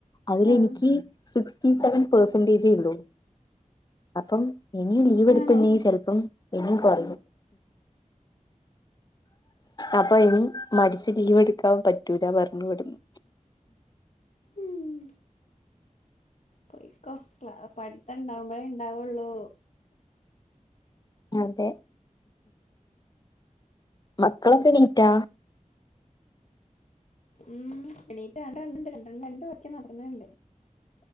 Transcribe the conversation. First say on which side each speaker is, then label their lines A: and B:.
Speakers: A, on the left; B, on the left.
A: അതിലെനിക്ക്
B: ആഹ്
A: സിക്സ്റ്റി സെവൻ പെർസെന്റേജേ ഉള്ളൂ അപ്പം ഇനിം ലീവ് എടുക്കുന്നെൽ
B: ആണോ
A: ചെലപ്പം ഇനിയും കുറയും അപ്പൊ ഇനി മടിച്ച് ലീവ് എടുക്കാൻ പറ്റൂല പറഞ്ഞു ഇവിട്ന്ന്
B: ഉം പോയിക്കോല പഠിത്തുണ്ടാവുമ്പോഴേ ഇണ്ടാവുള്ളൂ
A: അതെ മക്കളൊക്കെണീറ്റാ
B: ഉം എണീറ്റ് <inaudible>